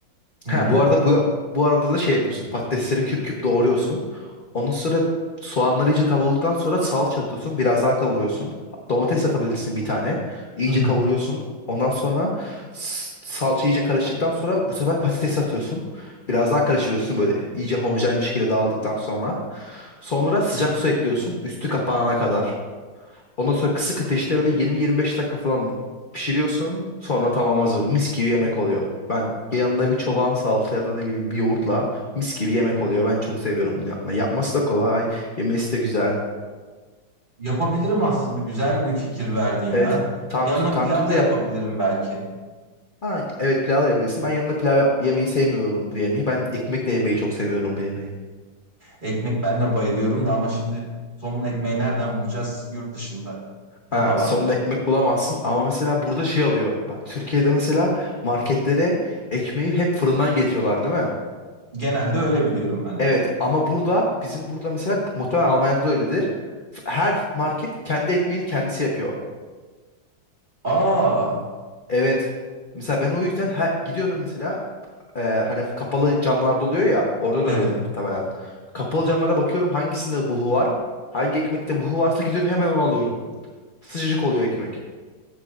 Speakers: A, on the right; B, on the left.
A: Hı
B: Ha
A: hı.
B: bu arada bu bu arada da şey yapıyorsun. Patatesleri küp küp doğruyorsun. Onun sonra soğanları iyice kavrulduktan sonra salça atıyorsun. Biraz daha kavuruyorsun. Domates atabilirsin bir tane. İyice
A: Hı hı.
B: kavuruyorsun. Ondan sonra s- salça iyice karıştıktan sonra bu sefer patatesi atıyorsun. Biraz daha karıştırıyorsun böyle iyice homojen bir şekilde dağıldıktan sonra. Sonra sıcak su ekliyorsun üstü kapanana kadar. Ondan sonra kısık ateşte böyle 20-25 dakika falan pişiriyorsun. Sonra tamam hazır. Mis gibi yemek oluyor. Ben yanına bir çoban salata ya da ne bileyim bir yoğurtla mis gibi yemek oluyor. Ben çok seviyorum bunu yapmayı. Yapması da kolay. Yemesi de güzel.
A: Yapabilirim aslında. Güzel bir fikir verdin ya.
B: Evet. Tantü,
A: Yanına
B: tantuni
A: pilav da
B: de
A: yapabilirim
B: yap.
A: belki.
B: Ha, evet pilav da yapabilirsin. Ben yanına pilav yap yemeyi sevmiyorum bu yemeği. Ben ekmekle yemeyi çok seviyorum bu yemeği.
A: Ekmek ben de bayılıyorum da ama şimdi somun ekmeği nereden bulacağız yurt dışında? O
B: Ha,
A: da var.
B: somun ekmek bulamazsın ama mesela burada şey oluyor. Bak Türkiye'de mesela marketlere ekmeği hep fırından getiriyorlar değil mi?
A: Genelde öyle biliyorum ben evet.
B: Evet ama burada bizim burada mesela muhtemelen Almanya'da da öyledir. F- Her market kendi ekmeğini kendisi yapıyor.
A: Aa
B: Evet. Mesela ben o yüzden her, gidiyorum mesela e, hani kapalı camlarda oluyor ya orada
A: evet.
B: da öyledir muhtemelen. Kapalı camlarda bakıyorum hangisinde buhu var. Hangi ekmekte buhu varsa gidiyorum hemen onu alıyorum. Sıcacık oluyor ekmek.